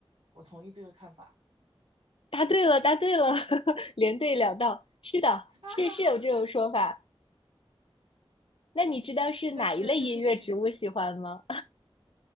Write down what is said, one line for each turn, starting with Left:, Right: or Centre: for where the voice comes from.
Right: 我同意这个看法。
Left: 答对了，答对了，<laughs> 连对两道。是的，
Right: <laughs>
Left: 是是有这种说法。那你知道是哪一类音乐植物喜欢吗？
Right: 但是这是取